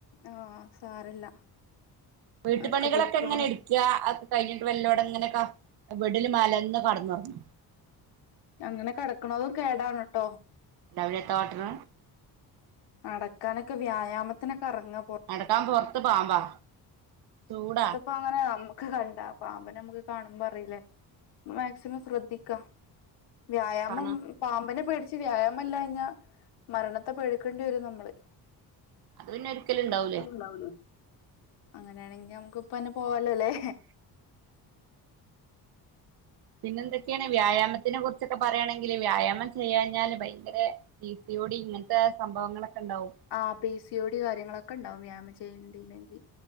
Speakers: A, on the left; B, on the right.
A: ആഹ് സാരല്ല.
B: വീട്ട്പണികളൊക്കെ
A: ഒക്കെ പോയിക്കോളും
B: ങ്ങനെ ട്ക്ക അത് കഴിഞ്ഞിട്ട് വെല്ലെവടെ ങ്ങനെ ക ബെഡില് മലന്ന് കടന്നൊർങ്ങ.
A: അങ്ങനെ കടക്ക്ണതും കേടാണ് ട്ടോ.
B: അല്ലാ പിന്നെത്താ കാട്ട്ണ്.
A: നടക്കാനൊക്കെ വ്യായാമത്തിനൊക്കെർങ്ങ
B: നടക്കാ പൊറ്ത്ത് പാമ്പാ ചൂടാ.
A: അപ്പ അങ്ങനെ അമ്മക്ക് കണ്ട പാമ്പി നമക്ക് കാണുമ്പറീല്ലേ മാക്സിമം ശ്രദ്ധിക്കാ. വ്യായാമം
B: കാണാ
A: പാമ്പിനെ പേടിച്ച് വ്യായാമല്ലാഞ്ഞ മരണത്തെ പേടി ക്കേണ്ട്യരും നമ്മള്.
B: അത് പിന്നെ ഒരിക്കലും ഉണ്ടാവൂലേ
A: അത്രണ്ടാവൊള്ളൂ അങ്ങനെണെങ്കി നമക്ക് ഇപ്പെന്നെ പോവാലോല്ലേ.
B: പിന്നെന്തെക്കെണ് വ്യായാമത്തിനെ കുറ്ച്ചൊക്കെ പറയാണെങ്കില് വ്യായാമം ചെയ്യാഞ്ഞാല് ഭയങ്കര പി സി യോടി ഇങ്ങൻത്തെ സംഭവങ്ങളൊക്കെണ്ടാവും.
A: ആഹ് പി സി ഒ ഡി കാര്യങ്ങളൊക്കെ ണ്ടാവും വ്യായാമം ചെയ്യ ണ്ടില്ലെങ്കി